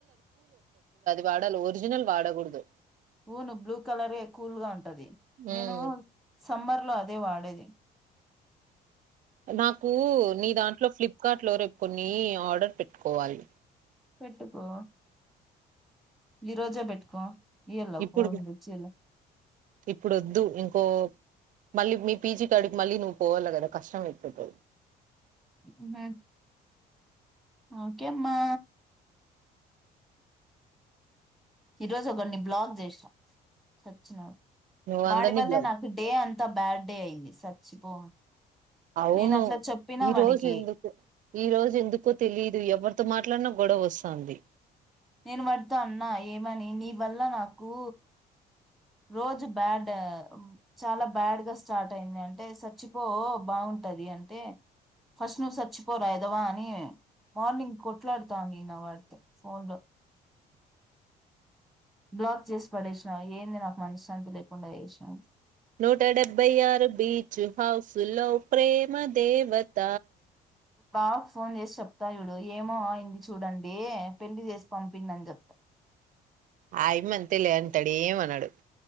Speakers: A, on the right; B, in the centre.
A: వాడాల ఒరిజినల్ వాడగూడదు
B: వూను బ్లూ కలరే కూల్ గా ఉంటది నేను
A: ఉమ్.
B: సమ్మర్ లో అదే వాడేది దె
A: నా కు నీ దాంట్లో ఫ్లిప్ కార్ట్ లో రేప్ ని ఆర్డర్ పెట్టుకోవాలి
B: పెట్టుకో ఈ రోజే పెట్టుకో ఇయ్యల్ల
A: ఇప్పుడు
B: ఫోన్ తెచ్చియల్ల
A: ఇప్పుడు వొద్దు ఇంకో మళ్ళీ మీ పీజీ కాడికి మళ్ళీ నువ్వు పోవాలి కదా కష్టం అయిపోతాది
B: గుడ్ నై ఓకే అమ్మా ఈరోజు ఒకన్ని బ్లాక్ చేస్నా సచ్చినడు
A: నువ్వు
B: వాడి
A: అందరినీ
B: వల్లే
A: బ్ల
B: నాకు డే అం అంత బ్యాడ్ డే అయింది సచ్చిపో
A: అవును
B: నేను అట్లా చెప్పినా
A: ఈ
B: వాడికి
A: రోజు ఎందుకు ఈ రోజు ఎందుకో తెలిదు ఎవరితో మాట్లాడినా గొడవ వస్తాంది
B: నేను వాడితో అన్నా ఏమని నీ ఇ వల్ల నాకూ రోజు బ్యాడ్ చాల బ్యాడ్ గా స్టార్ట్ అయింది అంటే చచ్చిపో బాగుంటది అంటే ఫస్ట్ నువ్వు చచ్చిపోరా ఎదవా అని మార్నింగ్ కొట్లాడుతావు అని వినబడతాంది ఫోన్ లో బ్లాక్ చేసి పడేసి నా ఏంది నాకు మనశ్శాంతి లేకుండా చేసినాం
A: నోట డెబ్బై ఆరు బీచ్ హౌస్ తుల్లో ప్రేమ దేవత
B: బావ్ ఫోన్ చేసి చెప్తా చూడు ఏమో అయింది చూడండి పెళ్లి చేసి పంపింది అని చెప్తా
A: ఆయ మన్ తెలియంటడె ఏమనడు